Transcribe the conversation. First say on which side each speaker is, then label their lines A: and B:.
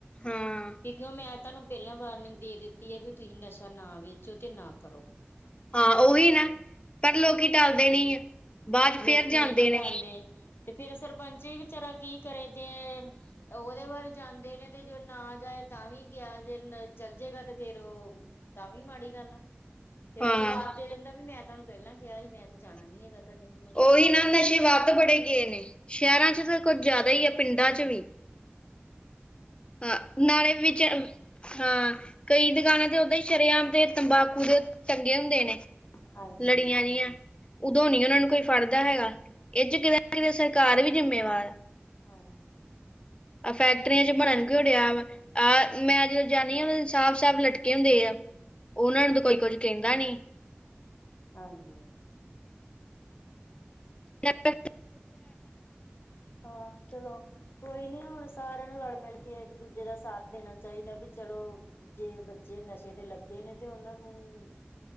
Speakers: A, on the left; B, on the left.
A: ਹਾਂ
B: ਕਿਉਂ ਕਿ, ਮੈਂ ਤੁਹਾਨੂੰ ਪਹਿਲਾਂ ਵਾਰਨਿੰਗ ਦੇ ਦਿੱਤੀ ਏ, ਵੀ ਤੁਸੀਂ ਨਸ਼ਾ ਅੱਛਾ, ਨਾ ਵੇਚੋ, ਅਤੇ ਨਾ ਕਰੋ।
A: ਹਾਂ ਉਹੀ ਨਾ, ਪਰ ਲੋਕੀ ਟਲਦੇ ਨੀ ਆ, ਬਾਅਦ 'ਚ
B: ਲੋਕੀ
A: ਫੇਰ ਜਾਂਦੇ
B: ਨੀ ਨਾ
A: ਨੇ।
B: ਟਾਲਦੇ ਤੇ ਫੇਰ, ਸਰਪੰਚ ਵੀ ਵਿਚਾਰਾ ਕੀ ਕਰੇ ਜੇ ਉਹਦੇ ਵਾਰੇ ਜਾਂਦੇ ਨੇ, ਤੇ ਜੋ ਨਾ ਜਾਏ ਤਾਂ ਵੀ ਗਿਆ ਜੇ ਚੱਲ, ਜਾਏਗਾ ਤੇ ਫੇਰ ਉਹ ਤਾਂ ਵੀ ਮਾੜੀ ਗੱਲ ਆ, ਫੇਰ
A: ਹਾਂ
B: ਉਹ ਜਵਾਬ ਦੇ ਦਿੰਦਾ ਵੀ, ਮੈਂ ਤੁਹਾਨੂੰ ਪਹਿਲਾਂ ਕਿਹਾ ਹੀ ਮੈਂ ਤੇ ਜਾਣਾ ਨੀ ਹੈਗਾ ਤੁਹਾਡੇ ਹੁਣ ਮਗਰ
A: ਉਹੀ ਨਾ, ਨਸ਼ੇ ਵਧ ਬੜੇ ਗਏ ਨੇ, ਸ਼ਹਿਰਾਂ
B: ਹਾਂ
A: ਚ ਤਾਂ ਕੁੱਝ ਜ਼ਿਆਦਾ ਈ, ਆ ਪਿੰਡਾਂ 'ਚ ਵੀ।
B: ਹੂੰ
A: ਹਾਂ, ਨਾਲੇ ਵਿੱਚ ਹਾਂ ਕਈ ਦੁਕਾਨਾਂ ਤੇ ਉਦਾ ਈ ਸ਼ਰੇਆਮ ਤੇ ਤੰਬਾਕੂ ਦੇ ਟੰਗੇ ਹੁੰਦੇ ਨੇ।
B: ਹਾਂਜੀ
A: ਲੜੀਆਂ ਜਿਆਂ
B: ਹਮ
A: ਉਦੋਂ ਨੀ ਉਹਨਾਂ ਨੂੰ ਕੋਈ ਫਰਦ ਹੈਗਾ ਇਹ ਚ ਕਿਤੇ ਨਾ ਕਿਤੇ ਸਰਕਾਰ ਵੀ ਜਿੰਮੇਵਾਰ
B: ਹਾਂ
A: ਆ ਫੈਕਟਰੀਆਂ'ਚ ਬਰੰਕ ਈ ਉੜਿਆ ਵਾ, ਆਹ ਮੈਂ ਅਜ ਜਾ <unintelligible> ਨੀ ਆਹ ਵੀ ਸਾਫ਼-ਸਾਫ਼ ਲਟਕੇ ਹੁੰਦੇ ਆ ਉਹਨਾਂ ਨੂੰ ਤਾਂ ਕੋਈ ਕੁੱਝ ਕਹਿੰਦਾ ਨੀ।
B: ਹਾਂਜੀ। ਹਮ
A: ਨਾ ਕਰ
B: ਹਾਂ ਚਲੋ ਕੋਈ ਨੀ ਹੁਣ ਸਾਰਿਆਂ ਨੂੰ ਰਲ ਮਿਲ ਕੇ ਇੱਕ-ਦੂਜੇ ਦਾ ਸਾਥ ਦੇਣਾ ਚਾਈਦਾ ਵੀ ਚਲੋ ਜੇ ਬੱਚੇ ਨਸ਼ੇ ਤੇ ਲੱਗੇ ਨੇ ਤੇ ਉਹਨਾਂ ਨੂੰ